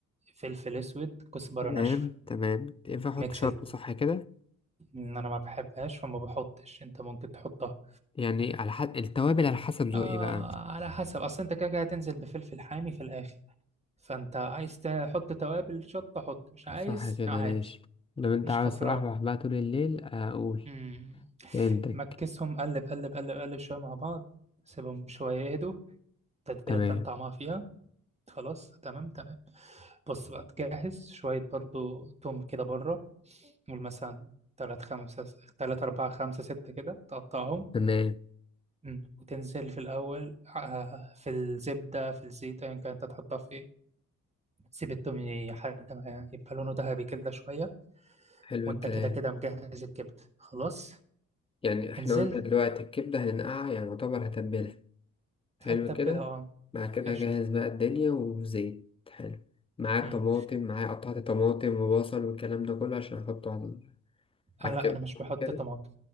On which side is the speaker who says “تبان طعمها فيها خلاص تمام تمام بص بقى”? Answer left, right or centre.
Right